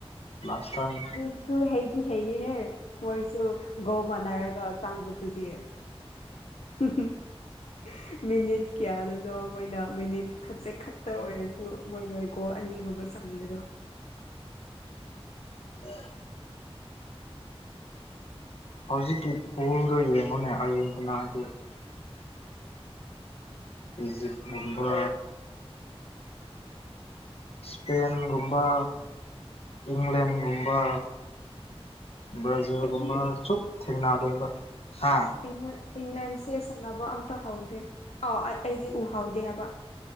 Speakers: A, on the left (about 70°); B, on the left (about 85°).
A: ꯂꯥꯁ ꯇꯥꯏꯝ
B: ꯆꯨꯁꯨꯨ ꯍꯩꯗꯤ ꯍꯩꯌꯦꯍꯦ ꯃꯣꯏꯁꯨ ꯒꯧ ꯃꯥꯟꯅꯔꯒ ꯆꯪꯕ ꯆꯨꯆꯤ ꯍꯨꯝ ꯍꯨꯝ ꯃꯤꯅꯤꯠ ꯀꯌꯥꯗꯨꯅꯣ ꯃꯣꯏꯅ ꯃꯤꯅꯤꯠ ꯈꯖꯤꯠ ꯈꯛꯇ ꯑꯣꯏꯔ ꯃꯣꯏ ꯂꯣꯏꯀꯣ ꯑꯅꯤꯒꯨꯝꯕ ꯆꯪꯕꯗꯣ
A: <inaudible> ꯍꯧꯖꯤꯛꯀꯤ ꯄꯨꯜꯗꯣ ꯌꯦꯡꯉꯨꯅꯦ ꯑꯥꯔꯖꯦꯟꯇꯤꯅꯥꯒꯤ ꯏꯖꯤꯞꯒꯨꯝꯕ ꯏꯁꯄꯦꯟꯒꯨꯝꯕ ꯏꯪꯂꯦꯟꯒꯨꯝꯕ ꯕ꯭ꯔꯥꯖꯤꯜꯒꯨꯝꯕ
B: ꯑꯩꯗꯤ
A: ꯁꯨꯛ ꯊꯦꯡꯅꯗꯣꯏꯕ ꯍꯥ
B: ꯏꯪ ꯏꯪꯂꯦꯟꯁꯦ ꯁꯥꯟꯅꯕ ꯑꯝꯇ ꯍꯥꯎꯗꯦ ꯑꯥꯎ ꯑꯩ ꯑꯩꯗꯤ ꯎꯍꯥꯎꯗꯦ ꯍꯥꯏꯕ